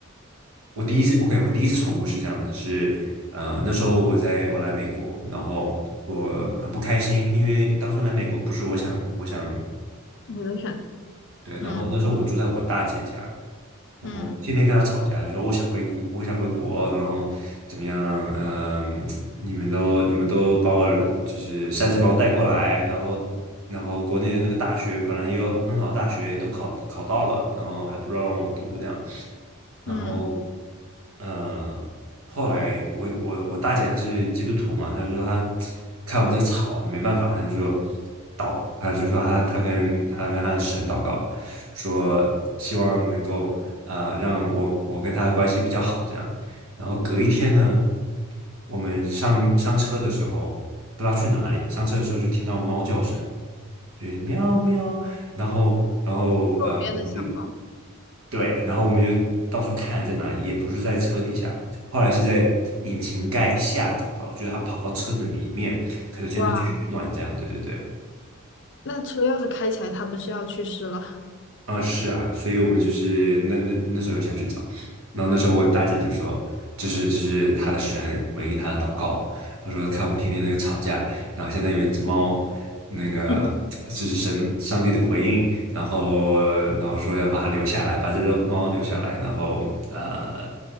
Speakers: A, on the right; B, on the left.
A: 我第一次，OK，我第一次宠物是这样的，是呃那时候我在我来美国，然后我很不开心，因为当初来美国不是我想我想。
B: 你的选择，
A: 对，
B: 嗯
A: 然后那时候我住在我大姐家，然后天天跟她吵架，
B: 嗯
A: 就说我想回国，我想回国，然后怎么样？嗯、你们都你们都把我就是擅自把我带过来，然后然后国内的那个大学本来也有很好的大学，都考考到了，然后还不让我读这样，然后
B: 嗯，
A: 嗯、呃后来我我我大姐她是基督徒嘛，她就说她看我们这个吵没办法，她就说。他就说他他跟他跟他的神祷告，说希望能够呃让我我跟他的关系比较好这样。然后隔一天呢，我们上上车的时候不知道去哪里，上车的时候就听到猫叫声，就是喵喵。然后然后呃我们就
B: 右边的小猫，
A: 对，然后我们就到处看在哪里，也不是在车底下，后来是在引擎盖下找到了，就是他跑到车子里面，可能前面取暖这样。
B: 哇，
A: 对对对。
B: 那车要是开起来，它不是要去世了？
A: 啊，是啊，所以我们就是那那那时候下去找，然后那时候我大姐就说，这是这是她的神回应她的祷告，她说看我们天天那个吵架，然后现在有一只猫，那个这是神上帝的回应，
B: <laughs>
A: 然后然后说要把它留下来，把这个猫留下来，然后呃，